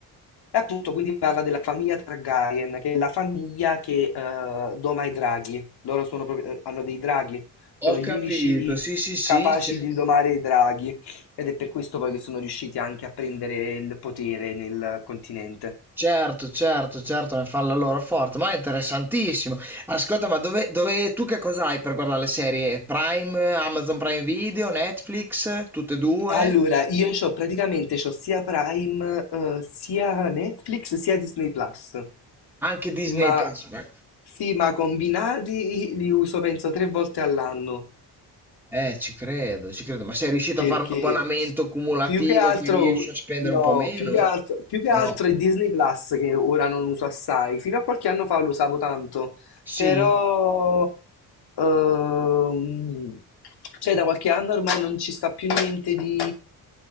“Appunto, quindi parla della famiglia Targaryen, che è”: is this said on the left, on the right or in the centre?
Left